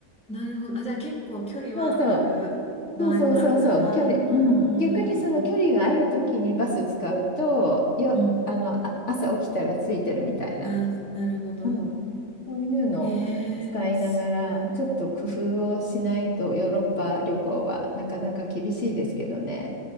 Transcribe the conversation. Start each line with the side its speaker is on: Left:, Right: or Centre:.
Centre: なるほど。あ、じゃあ結構距離はある場合もあるから、
Left: <laughs> そうそう、そうそうそうそう、距離、
Centre: うーん。
Left: うん、逆にその距離があるときにバス使うと、よ、
Centre: うん。
Left: あの、あ、朝起きたらついてるみたいな、
Centre: あ、なるほど。
Left: うん、そういうのを使いながら、
Centre: ええすごい。
Left: ちょっと工夫をしないとヨーロッパ旅行はなかなか厳しいですけどね。